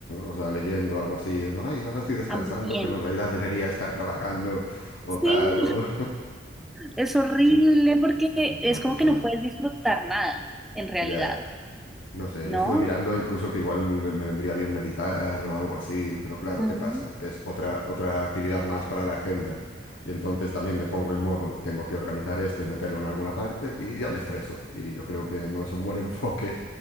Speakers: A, on the left (about 80°); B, in the centre.
A: o sea, leyendo algo así? Ay, ahora estoy descansando,
B: también.
A: pero en realidad debería estar trabajando o
B: Sí,
A: tal. O...
B: es
A: <laughs>
B: horrible
A: Uf,
B: porque
A: es
B: es
A: una cosa.
B: como que no puedes disfrutar nada, en realidad,
A: Ya, no sé,
B: ¿no?
A: yo estuve mirando incluso que igual me me vendría bien meditar o algo así, pero claro,
B: Ujú.
A: ¿qué pasa? Que es otra, otra actividad más para la agenda. Y entonces también me pongo en modo, tengo que organizar esto y meterlo en alguna parte y ya me estreso. Y yo creo que no es un buen <laughs> enfoque